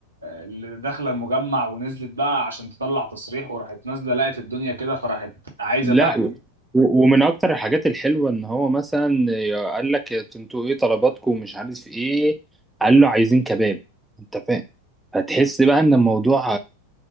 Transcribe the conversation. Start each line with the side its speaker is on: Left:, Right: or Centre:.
Right: اللي داخله المجمع ونزلت بقى عشان تطلع تصريح وراحت نازله لقت الدنيا كده فراحت عايزه
Centre: لا
Right: بقى
Centre: و- و- ومن اكتر الحاجات الحلوه ان هو مثلا قال لك انتوا ايه طلباتكم ومش عارف ايه قال له عايزين كباب انت فاهم فتحس بقى ان الموضوع